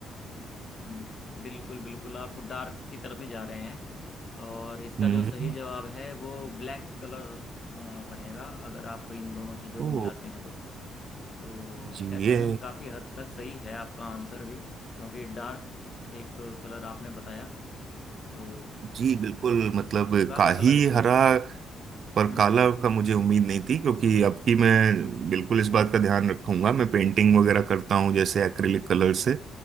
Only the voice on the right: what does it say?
हम्म
ओ
जी
ये
जी बिल्कुल मतलब
काही
हरा पर
काला
का मुझे उम्मीद नहीं थी क्योंकि अब की मैं बिल्कुल इस बात का ध्यान रखूंगा मैं पेंटिंग वगैरह करता हूँ जैसे एक्रिलिक कलर से